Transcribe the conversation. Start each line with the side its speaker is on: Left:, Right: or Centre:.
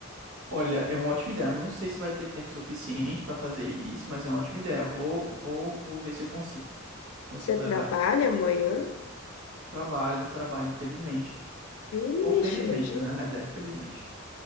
Right: Olha, é uma ótima ideia. Não sei se vai ter tempo suficiente pra fazer isso, mas é uma ótima ideia. Eu Vou, vou, vou ver se eu consigo. Se consigo
Left: Você
Right: levar.
Left: trabalha amanhã?
Right: Trabalho, trabalho, infelizmente.
Left: Vixe,
Right: Ou felizmente,
Left: no dia.
Right: né? Na realidade, felizmente.